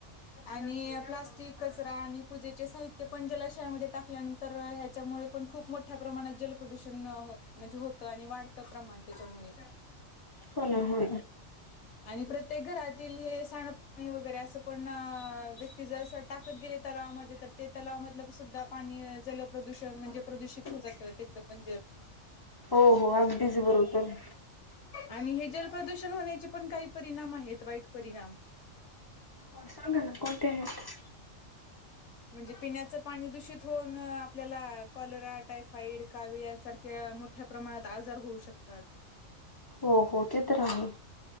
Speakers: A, on the left; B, on the left.
A: आणि प्लास्टिक, कचरा आणि पूजेचे साहित्य पण जलाशयामध्ये टाल्यानं तर ह्याच्यामुळे पण खूप मोठ्या प्रमाणात जलप्रदूषण, म्हणजे होतं आणि वाढतं प्रमाण. त्याच्यामुळे.
B: हो ना हो.
A: आणि प्रत्येक घरातील हे सांडपाणी वगैरे असं पण व्यक्ती जर टाकत गेले तलावामध्ये तर ते तलाव मधलं सुद्धा पाणी जलप्रदूषण म्हणजे प्रदूषित होन जातं त्याच म्हणजे.
B: हो हो अगदीच बरोबर.
A: आणि हे जलप्रदूषण होण्याचे पण काही परिणाम आहेत वाईट परिणाम.
B: हो सांगा ना कोणते आहेत.
A: म्हणजे पिण्याचं पाणी दूषित होऊन आपल्याला कॉलरा, टायफाईड, कावीळ यांसारख्या मो मोठ्या प्रमाणात आजार होऊ शकतात.
B: हो हो ते तर आहे.